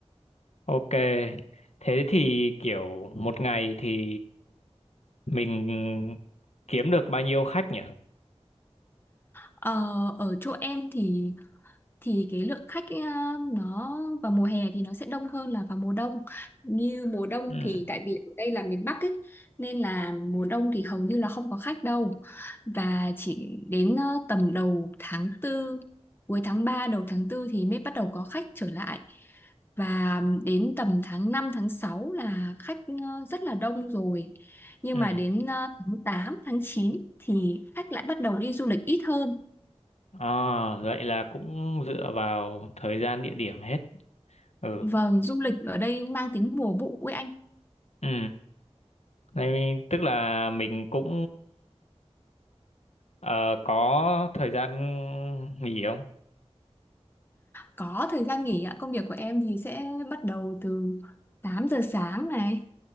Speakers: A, on the left; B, on the left.
A: Ok. Thế thì kiểu một ngày thì mình kiếm được bao nhiêu khách nhỉ?
B: Ờ, ở chỗ em thì thì cái lượng khách ấy, à, nó vào mùa hè thì nó sẽ đông hơn là vào mùa đông như mùa đông
A: Ừ,
B: thì tại vì ở đây là miền Bắc ấy nên là mùa đông thì hầu như là không có khách đâu và chỉ đến ờ, tầm đầu tháng Tư, cuối tháng 3, đầu tháng Tư thì mới bắt đầu có khách trở lại và đến tầm tháng 5, tháng 6 là khách ờ, rất là đông rồi nhưng
A: ừ.
B: mà đến ờ, tháng 8, tháng 9 thì khách lại bắt đầu đi du lịch ít hơn
A: À, vậy là cũng dựa vào thời gian địa điểm hết. Ừ,
B: Vâng, du lịch ở đây mang tính mùa vụ ấy anh.
A: ừ. Này, tức là mình cũng ờ, có thời gian nghỉ không?
B: Có thời gian nghỉ ạ. Công việc của em thì sẽ bắt đầu từ 8 giờ sáng này